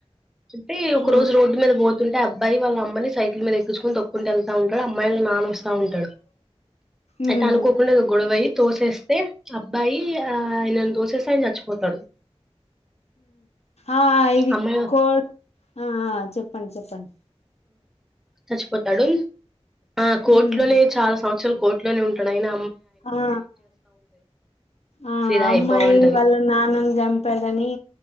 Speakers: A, in the centre; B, on the left.
A: అంటే ఒక
B: ఆ
A: రోజు రోడ్డు మీద పోతుంట ఎ అబ్బాయి వాల్ అమ్మని సైకిల్ మీద ఎకించుకొని తొకుంట వెల్త్ వెనుకల అమ్మాయి వాళ్ళ నాన్న వాస్తు బాగుంటాడు
B: ఉమ్
A: అయితే అనుకోకుండా అబ్బయి తోసేస్తే అబ్బాయి ఆ ఆయనన్ను తోసేస్తే ఆయన చచ్చిపోతాడు
B: ఆ ఇది
A: అమ్మాయి
B: కో ఆ చెప్పండి చెప్పండి
A: సచ్చిపోతాడుల్ ఆ కోర్టులోనే
B: ఉమ్
A: చాలా సంవత్సరలు కోట్లోనే ఉంటాడు ఆయిన
B: ఆ ఆ
A: ఫిదాయి
B: అమ్మాయి
A: బావుంటది.
B: వాళ్ళ నాన్నని చంపదని